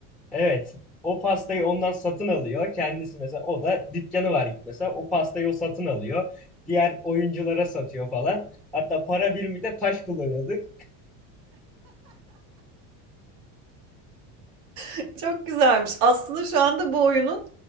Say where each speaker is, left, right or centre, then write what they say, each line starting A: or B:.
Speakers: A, in the centre; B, on the right.
A: evet o pastayı ondan satın alıyor. Kendisi mesela o da dükkanı var gibi mesela o pastayı o satın alıyor. Diğer oyunculara satıyor falan. Hatta para birimi de taş kullanıyorduk.
B: tatlı, <laughs> çok güzelmiş. Aslında şu anda bu oyunun